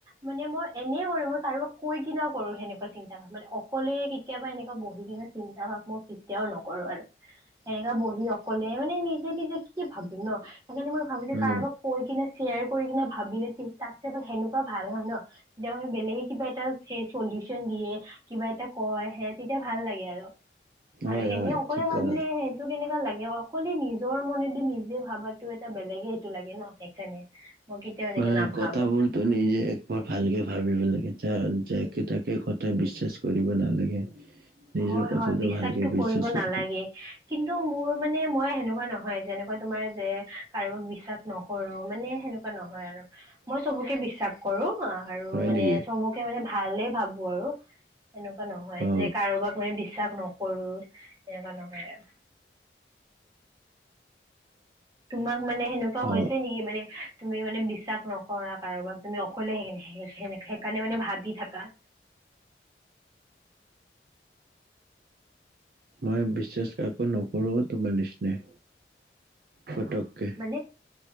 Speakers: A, on the right; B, on the right.
A: মানে মই এনেই কৰো মই কাৰোবাক কৈ কিনাও কৰো সেনেকুৱা চিন্তা মানে অকলে কেতিয়াবা এনেকোৱো- বহি কিনে চিন্তা ভাৱ মই কেতিয়াও নকৰো আৰু। সেনেকা বহি অকলে মানে নিজে নিজে কি ভাবি ন সেইকাৰণে মই ভাবো যে
B: উম
A: কাৰোবাক কৈ কিনে শ্বেয়াৰ কৰি কিনে ভাবিলে তাত সেনেকুৱা ভাল হয় ন তেতিয়াে বেলেগে কিবা এটা ফে কডিশ্যন দিয়ে কিবা যেতিয়া কয় সে তেতিয়া ভাল লাগে আৰু আৰু
B: হয়
A: এনে
B: হয়
A: অকলে
B: ঠিক
A: ভাবিলে
B: ক'লা
A: স টোক কেনেকা লাগে অকলে নিজৰ মনেত দি নিজে ভাবাটো এটা বেলেগে এইটো লাগে ন সেইকাৰণে। মই কেতিয়াও এনেকে
B: বা
A: নাভাবো
B: কথাবোৰ ত নিজে একবাৰ ভালকে ভাবিব লাগে য যাকে তাকে কথায় বিশ্বাস কৰিব নালাগে। নিজৰ
A: হয়
B: কথাটো
A: হয় বিশ্বাসতটো
B: ভালকে বিশ্বাস
A: কৰিব
B: কৰি
A: নালাগে।
B: থাকে
A: কিন্তু মোৰ মানে মই সেনেকুৱা নহয় যেনেকুৱা তোমাৰ যে কাৰোবাক বিশ্বাস নকৰৰুো মানে সেনেকুৱা নহয় আৰু মই চবকে বিশ্বাস কৰো আৰু
B: হয়
A: মানে
B: নেকি
A: চব কেতিয়াবা মানে ভালেই ভাবো আৰু এনেকুৱা নহয়।
B: অ
A: যে কাৰোবাক কো বিশ্বাস নকৰো এনেকুৱা নকয় আৰু তোমাক মানে সেনেকুৱা হৈছে
B: অ
A: নেকি মানে তুমি মানে বিশ্বাস নকৰা কাৰোবাক তুমি অকলে সেইকাৰণে মানে ভাবি থাকা।
B: মই বিশ্বাস কাকো নকৰো তোমাৰ নিচিনাই ফতককে।
A: মানে